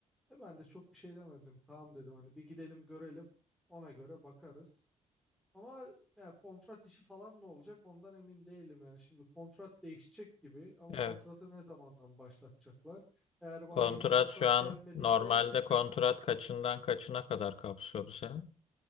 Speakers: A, in the centre; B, on the left.
A: E ben de çok bir şey demedim. Tamam dedim hani bir gidelim görelim. Ona göre bakarız. Ama yani kontrat işi falan ne olacak ondan emin değilim yani. Şimdi kontrat değişecek gibi ama
B: Evet.
A: kontratı ne zamandan başlatacaklar? Eğer bana
B: Kontrat
A: yeni kontrat
B: şu an
A: gelmediğinde
B: normalde kontrat kaçından kaçına kadar kapsıyordu senin?